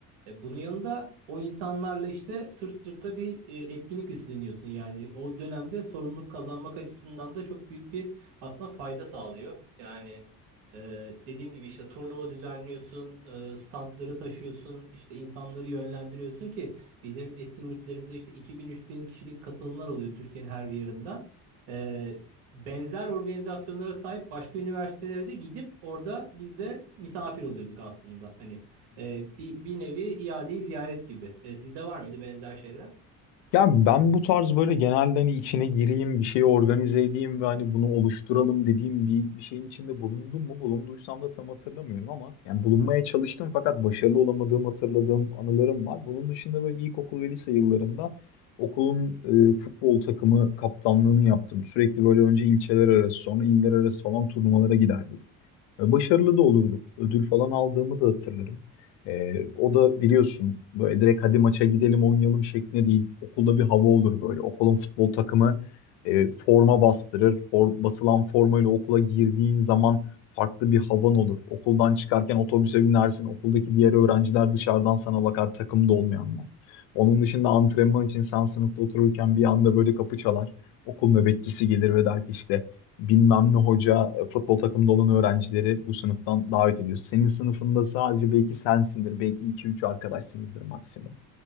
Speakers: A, on the right (about 75°); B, on the left (about 65°).
A: E, bunun yanında o insanlarla işte sırt sırta bir e, etkinlik üstleniyorsun. Yani o dönemde sorumluluk kazanmak açısından da çok büyük bir aslında fayda sağlıyor. Yani e, dediğim gibi işte turnuva düzenliyorsun, e, standları taşıyorsun, işte insanları yönlendiriyorsun ki Bizim etkinliklerimize işte 2000 bin kişilik katılımlar oluyor Türkiye'nin her bir yerinden. Ee, benzer organizasyonlara sahip başka üniversitelere de gidip orada biz de misafir oluyorduk aslında. Hani e, bir, bir nevi iade-i ziyaret gibi. E, sizde var mıydı benzer şeyler?
B: Ya ben bu tarz böyle genelde hani içine gireyim, bir şey organize edeyim ve hani bunu oluşturalım dediğim bir, bir şeyin içinde bulundum mu? Bulunduysam da tam hatırlamıyorum ama yani bulunmaya çalıştım fakat başarılı olamadığım hatırladığım anılarım var. Bunun dışında böyle ilkokul ve lise yıllarında okulun e, futbol takımı kaptanlığını yaptım. Sürekli böyle önce ilçeler arası sonra iller arası falan turnuvalara giderdik. E, Başarılı da olurduk. Ödül falan aldığımı da hatırlarım. E, o da biliyorsun böyle direkt hadi maça gidelim oynayalım şeklinde değil. Okulda bir hava olur böyle. Okulun futbol takımı e, forma bastırır. For, basılan formayla okula girdiğin zaman farklı bir havan olur. Okuldan çıkarken otobüse binersin. Okuldaki diğer öğrenciler dışarıdan sana bakar takımda olmayanlar. Onun dışında antrenman için sen sınıfta otururken bir anda böyle kapı çalar. Okul nöbetçisi gelir ve der ki işte bilmem ne hoca e, futbol takımında olan öğrencileri bu sınıftan davet ediyor. Senin sınıfında sadece belki sensindir, belki iki üç arkadaşsınızdır maksimum.